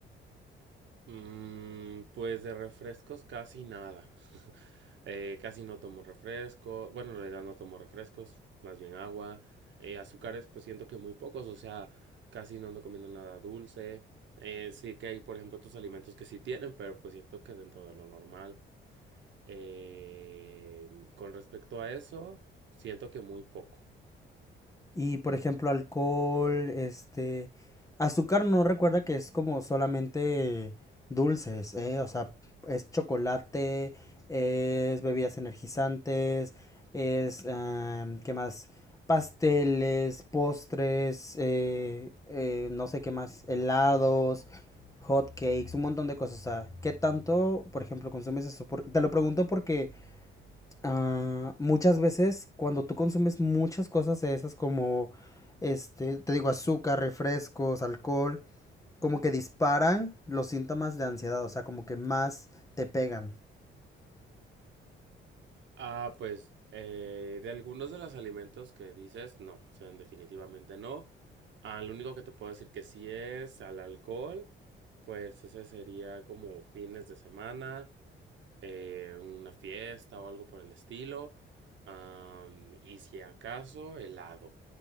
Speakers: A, on the right; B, on the left.
A: Mm, pues de refrescos casi nada. <laughs> Eh, casi no tomo refresco. Bueno, en realidad no tomo refrescos, más bien agua. Eh, azúcares, pues siento que muy pocos, o sea, casi no ando comiendo nada dulce. Eh, sí que hay, por ejemplo, otros alimentos que sí tienen, pero pues siento que dentro de lo normal. Eh, con respecto a eso, siento que muy poco.
B: Y por ejemplo, alcohol, este, azúcar no recuerda que es como solamente dulces, ¿eh? O sea, es chocolate, es bebidas energizantes, es, am, ¿qué más? Pasteles, postres, eh, eh, no sé qué más, helados, hot cakes, un montón de cosas. O sea, ¿qué tanto, por ejemplo, consumes eso? Por- te lo pregunto porque Ah, muchas veces cuando tú consumes muchas cosas de esas como, este, te digo, azúcar, refrescos, alcohol, como que disparan los síntomas de ansiedad, o sea, como que más te pegan.
A: Ah, pues eh, de algunos de los alimentos que dices, no, o sea, definitivamente no. Ah, lo único que te puedo decir que sí es al alcohol, pues ese sería como fines de semana. eh, una fiesta o algo por el estilo. am, y si acaso, helado,